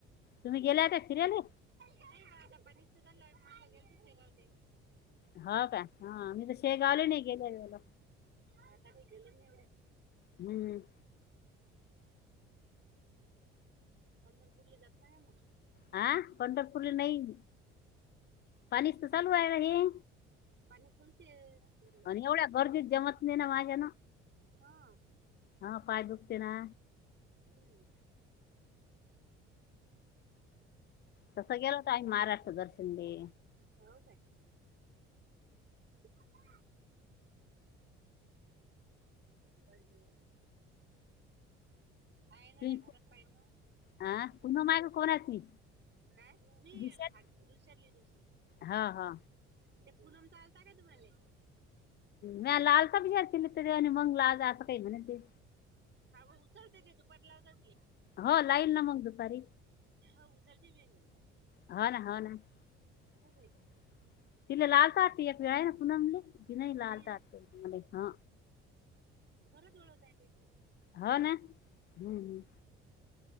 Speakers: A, on the left; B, on the right.
A: तुम्ही गेलाय फिरी्याला.
B: दय बा आता पणस माग गल्स सेगवली.
A: ह का हा मी तर शेग आले नाही गेल्याला
B: आता काही गलं एवढ.
A: हम्म हम.
B: हमरपूरले जात नाही आहे मग
A: हा पंढरपूरले नाही पाणीस तर चालू आहे हे.
B: पाणी फुलते सेललं.
A: आणि एवढ्या गर्दीत जमत नाही ना माझ्या ना.
B: हा.
A: हा पाय दुखतेना.
B: हम्म.
A: तस गेलं का आहे महाराष्ट्र दर्शन दे.
B: हो काय? <unintelligible> पाहिजे. आहे ना
A: तुम्ही
B: र घरात पाहि ना.
A: हा पुन्हा माग कोणाची
B: काय मी
A: विचार
B: रुसेली रुसे
A: हा हा
B: ते पूनम तर का तुम्हाला?
A: म लालचा बिचार केला तर आणि मग लाल असं काही म्हणत ते
B: हा भा उचलते ते दुपट लावतात.
A: हो लाईन ना मग दुपारी
B: हो उतरते मेन
A: <unintelligible> तनलाल
B: एका व्यक्तीने
A: दारट
B: हम्म
A: मले हा.
B: घरज ोळं जाय.
A: हा ना हम्म.